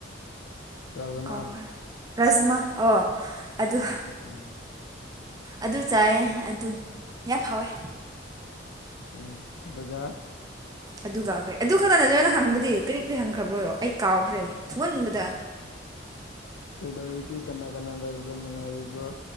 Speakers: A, on the left; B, on the right.
A: ꯔꯥꯖꯃꯥ
B: ꯀꯥꯎꯈ꯭ꯔꯦ ꯔꯥꯖꯃꯥ ꯑꯣ ꯑꯗꯨ
A: ꯎꯝ
B: ꯑꯗꯨ ꯆꯥꯏꯌꯦ ꯑꯗꯨ ꯌꯥꯝ ꯍꯥꯎꯋꯦ
A: ꯎꯝ ꯑꯗꯨꯒ
B: ꯑꯗꯨ ꯀꯥꯎꯈ꯭ꯔꯦ ꯑꯗꯨ ꯈꯛꯇ ꯅꯗꯣꯏꯅ ꯍꯪꯕꯗꯤ ꯀꯔꯤ ꯀꯔꯤ ꯍꯪꯈ꯭ꯔꯕ꯭ꯔꯣ ꯑꯩ ꯀꯥꯎꯈ꯭ꯔꯦ ꯊꯨꯝꯍꯟꯕꯗ
A: ꯀꯩꯗꯧꯔꯤꯒꯦ ꯀꯅꯥ ꯀꯅꯥ ꯂꯩꯕ꯭ꯔꯥ ꯅꯨꯡꯉꯥꯏꯔꯤꯕ꯭ꯔꯣ